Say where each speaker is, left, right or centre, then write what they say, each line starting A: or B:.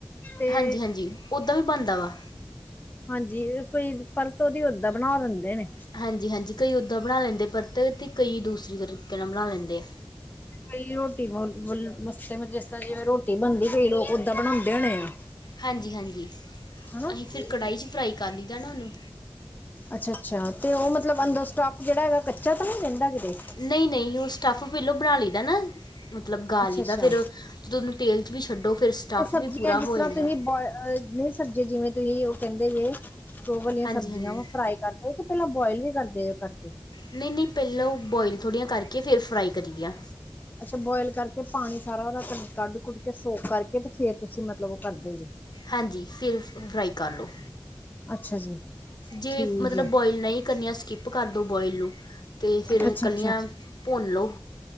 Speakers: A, on the left (about 25°); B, on the left (about 70°).
A: ਤੇ
B: ਹਾਂਜੀ ਹਾਂਜੀ ਓਦਾਂ ਵੀ ਬਨਦਾ ਵਾ
A: ਹਾਂਜੀ, ਕੋਈ ਪਰਤ ਉਹਦੀ ਓਦਾਂ ਬਣਾ ਦਿੰਦੇ ਨੇ
B: ਹਾਂਜੀ-ਹਾਂਜੀ, ਕਈ ਉੱਦਾਂ ਬਣਾ ਲੈਂਦੇ ਪਰਤ, ਤੇ ਕਈ ਦੂਸਰੇ ਤਰੀਕੇ ਨਾਲ ਬਣਾ ਲੈਂਦੇ ਆ।
A: ਕਈ ਰੋਟੀ <unintelligible> ਜਿਸ ਤਰ੍ਹਾਂ ਜਿਵੇਂ ਰੋਟੀ ਬਨਦੀ ਕਈ ਲੋਕ ਓਦਾਂ ਬਣਾਉਂਦੇ ਹੋਣੇ ਆ
B: ਹਾਂਜੀ ਹਾਂਜੀ
A: ਹਨਾ ਜੀ।
B: ਅਹੀ ਫਿਰ ਕੜਾਹੀ ਚ ਫਰਾਈ ਕਰ ਲਈਦਾ ਉਹਨੂ
A: ਅੱਛਾ ਅੱਛਾ ਤੇ ਉਹ ਮਤਲਬ ਅੰਦਰ ਸਟਾਫ ਜਿਹੜਾ ਹੈਗਾ ਕੱਚਾ ਤਾਂ ਨਹੀਂ ਰਹਿੰਦਾ ਕਿਤੇ
B: ਨਹੀਂ ਨਹੀਂ ਉਹ ਸਟੱਫ ਪਹਿਲਾਂ ਬਣਾ ਲਈ ਦਾ ਨਾ ਮਤਲਬ ਗਾਲ
A: ਅੱਛਾ
B: ਲਈ
A: ਅੱਛਾ
B: ਦਾ ਫਿਰ ਉਹਨੂੰ ਤੇਲ ਵੀ ਛੱਡੋ ਫਿਰ ਸਟੱਫ
A: ਤੇ ਸਬਜ਼ੀਆਂ
B: ਵੀ ਪੂਰਾ
A: ਜਿਸ
B: ਹੋ
A: ਤਰ੍ਹਾਂ
B: ਜਾਂਦਾ
A: ਤੁਹੀ ਬੋਹ ਨਹੀਂ ਸਬਜ਼ੀਆਂ ਜਿਵੇਂ ਤੁਹੀ ਓਹ ਕਹਿੰਦੇ ਜੇ ਓਹ ਵਾਲੀਆਂ
B: ਹਾਂਜੀ
A: ਸਬਜ਼ੀਆਂ
B: ਹਾਂਜੀ
A: ਵਾ ਫਰਾਈ ਕਰਦਾ ਕਿ ਪਹਿਲਾਂ ਬੋਇਲ ਵੀ ਕਰਦੇ ਆ ਉਹ ਕਰਕੇ
B: ਨਹੀਂ ਨਹੀਂ ਪਹਿਲਾਂ ਉਹ ਬੋਆਇਲ ਥੋੜ੍ਹੀਆਂ ਕਰਕੇ ਫਿਰ ਫਰਾਈ ਕਰੀ ਦਿਆ
A: ਅੱਛਾ ਬੋਇਲ ਕਰਕੇ ਪਾਣੀ ਸਾਰਾ ਉਹਦਾ ਕੱਢ ਕੁੱਡ ਕੇ ਸੋਕ ਕਰਕੇ ਤੇ ਫੇਰ ਤੁਸੀਂ ਮਤਲਬ ਉਹ ਕਰਦੇ ਜੇ
B: ਹਾਂਜੀ ਫਿਰ ਫਰਾਈ ਕਰ ਲਓ
A: ਅੱਛਾ ਜੀ
B: ਜੇ
A: ਠੀਕ
B: ਮਤਲਬ
A: ਹੈ
B: ਬੋਇਲ ਨਹੀਂ ਕਰਨੀਆਂ ਸਕਿਪ ਕਰ ਦਓ ਬੋਆਇਲ ਨੂੰ ਤੇ ਫਿਰ
A: ਅੱਛਾ
B: ਕਲੀਆਂ
A: ਅੱਛਾ
B: ਭੁੰਨ ਲਓ